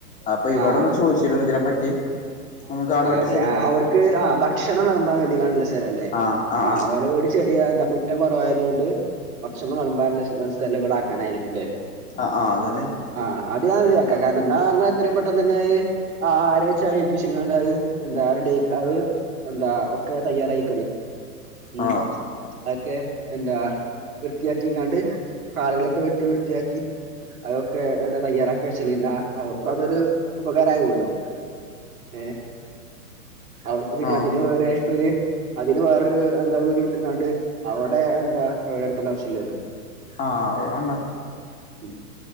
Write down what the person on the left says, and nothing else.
അപ്പൊ ഇവിടെന്ന്
ചോദിച്ചിരരുന്നു ഇതിനെ പറ്റി റ്റി നമുക്ക് അവി
ആഹ് ആഹ്
ആഹ് ആഹ് ആഹ് അതന്നെ
ആഹ്
ആഹ്
ആ അതാണ്